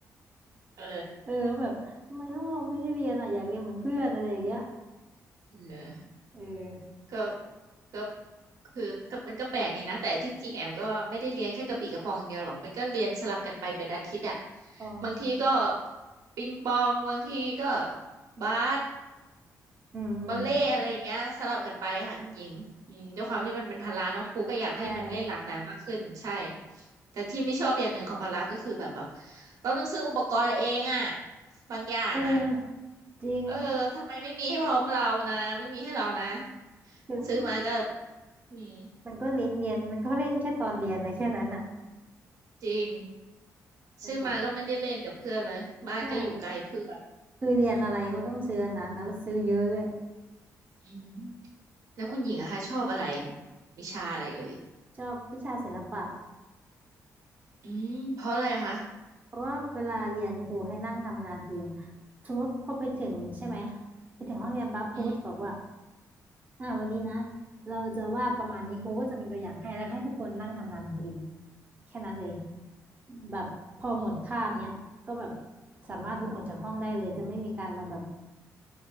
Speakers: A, on the right; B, on the right.
A: เออ
B: เออแบบทำไมห้องเราไม่ได้เรียนอ่ะอยากเรียนเหมือนเพื่อนอะไรอย่างเงี้ย
A: เออ
B: เออ
A: ก็ก็คือก็มันก็แปลกดีนะแต่จริงๆแอมก็ไม่ได้เรียนแค่กระบี่กระบองอย่างเดียวหรอกมันก็เรียนสลับกันไปเป็นอาทิตย์อะ
B: อ๋อ
A: บางทีก็ปิงปองบางทีก็บาส
B: อืมอืม
A: บอลเล่ต์อะไรอย่างเงี้ยสลับกันไปค่ะคุณหญิงอืมด้วยความที่มันเป็นพละเนาะครูก็อยากให้มันเล่นหลากหลายมากขึ้นใช่
B: ใช่
A: แต่ที่ไม่ชอบอย่างหนึ่งของพละก็คือแบบแบบเราต้องซื้ออุปกรณ์เองอะบางอย่างอะ
B: เออจริง
A: เออทำไมไม่มีให้พร้อมเรานะไม่มีให้เรานะ
B: คือมัน
A: ซื้อมาก็อืม
B: มันก็เรียนเรียนมันก็เล่นแค่ตอนเรียนนะแค่นั้นอ่ะ
A: จริง
B: เออแบบ
A: ซื้อมาก็ไม่ได้เล่นกับเพื่อนเลยบ้านก็อยู่ไกลเพื่อน
B: ใช่คือเรียนอะไรก็ต้องซื้ออันนั้นนแล้วซื้อเยอะด้วย
A: อืมอืมแล้วคุณหญิงอะคะชอบอะไรวิชาอะไรเอ่ย
B: ชอบวิชาศิลปะ
A: อืมเพราะอะไรคะ
B: เพราะว่าเวลาเรียนครูให้นั่งทำงานเองสมมติพอไปถึงใช่ไหมไปถึงห้องเรียนปั๊บครูก็จะบอกว่า
A: อืม
B: อ่าวันนี้นะเราจะวาดประมาณนี้ครูก็จะมีตัวอย่างให้แล้วให้ทุกคนนั่งทำงานของตัวเองแค่นั้นเลยแบบพอหมดคาบเนี้ยก็แบบ
A: อืม
B: สามารถลุกออกจากห้องได้เลยจะไม่มีการมาแบบ